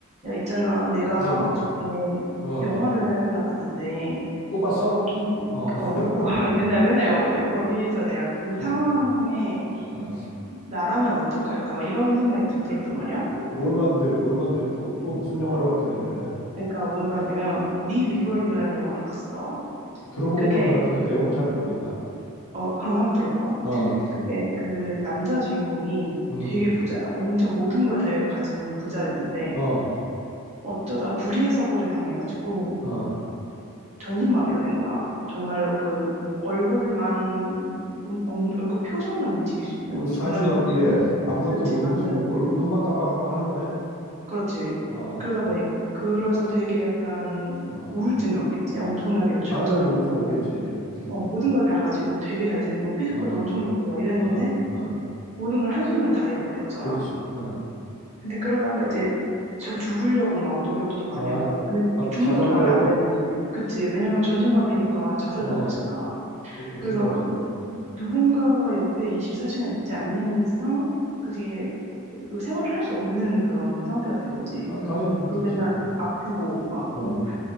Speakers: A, on the right (about 30°); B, on the left (about 80°).
A: 야, 있잖아. 내가
B: 어,
A: 어저께
B: 어,
A: 영화를 하나 봤는데,
B: 또 봤어?
A: 거기,
B: 어, <laughs>
A: 어, <laughs> 어, 맨날, 맨날 영화 보지. 거기서 내가 그
B: 어,
A: 상황에
B: 어.
A: 나라면 어떡할까? 막 이런 생각이 계속 들었단 말이야.
B: 뭐- 뭘 봤는데, 뭘 봤는데 또, 또 무슨 영화를 봤길래 그래?
A: 그러니까 뭔 말이냐면, Me Before
B: 음.
A: You라는 영화를 봤어.
B: 들어본
A: 그게,
B: 거는 같은데 내용은 잘 모르겠다.
A: 어, 그럼 한번 들어봐.
B: 어,
A: 그게 그 남자 주인공이
B: 음,
A: 되게 부자야. 엄청 모든 걸 다 가진 부자였는데,
B: 어,
A: 어쩌다가 불의의 사고를 당해가지고,
B: 어.
A: 전신마비가 된 거야. 정말로 그 얼굴만 음, 음, 얼굴 표정만 움직일 수 있는
B: 그리고 사지마비에
A: 정말로 전신마비.
B: 아무것도
A: 그치,
B: 못
A: 완전히
B: 움직이고 얼굴, 눈만 깜빡깜빡 하는 거네?
A: 그렇지.
B: 어,
A: 그러다 보니 그래서 되게 약간
B: 어.
A: 우울증이 왔겠지. 엄청나게 좌절하고
B: 당연히 우울증 오겠지. 음,
A: 어, 모든 걸 다 가지고 되게 잘생기고 피지컬도
B: 어,
A: 엄청 좋고 막 이랬는데
B: 어, 어.
A: 모든 걸 한순간에 다 잃어버린 거잖아.
B: 그렇지. 어.
A: 근데 그러다가 이제 저 죽으려고 막 노력도 많이
B: 아,
A: 하고 근데
B: 막
A: 죽는
B: 자살하려고?
A: 음. 것도 마음에 안 드는 거지. 그치? 왜냐면 전신마비니까
B: 어,
A: 자살도
B: 어.
A: 안 되잖아.
B: 그것도
A: 그래서
B: 힘들지. 어.
A: 누군가가 옆에 24시간 있지 않는 이상 그게 그 생활을 할 수 없는 그런 상태가 된 거지.
B: 아니, 당연히 그렇겠지.
A: 그리고 맨날 아프고 막
B: 어, 어.
A: 어?